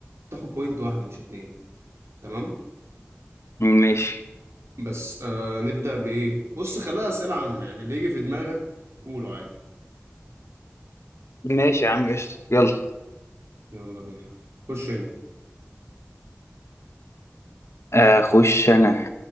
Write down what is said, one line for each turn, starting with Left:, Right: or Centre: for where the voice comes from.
Right: تاخد بوينت واحده مش اتنين تمام
Left: ماشي
Right: بس آه نبدا بايه بص خليها اسئله عامه يعني اللي يجي في دماغك قوله عادي
Left: ماشي يا عم قشطة يلا
Right: يلا بينا خش انت
Left: أخش أنا